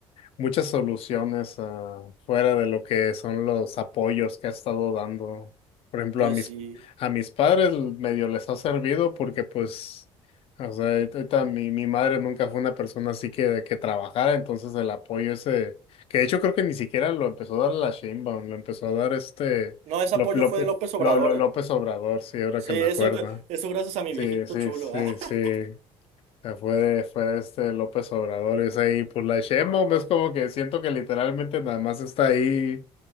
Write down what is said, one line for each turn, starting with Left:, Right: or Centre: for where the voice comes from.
Left: muchas soluciones ah, fuera de lo que son los apoyos que ha estado dando. Por ejemplo,
Right: Pues
Left: a mis,
Right: sí.
Left: a mis padres l- medio les ha servido porque pues, o sea, ahorita ahorita mi, mi madre nunca fue una persona así que, que trabajara, entonces el apoyo ese, que de hecho creo que ni siquiera lo empezó a dar la Sheinbaum, lo empezó a dar este
Right: No, ese
Left: Lop-
Right: apoyo
Left: Lop-
Right: fue de López Obrador,
Left: Lo- Lo- López
Right: ¿eh?
Left: Obrador, sí, ahora
Right: Sí,
Left: que
Right: eso,
Left: me acuerdo.
Right: eso gracias a mi
Left: Sí,
Right: viejito
Left: sí,
Right: chulo.
Left: sí,
Right: ah.
Left: sí
Right: <laughs>
Left: sea, fue de, fue de este López Obrador, y es ahí, pues la Sheinbaum es como que siento que literalmente nada más está ahí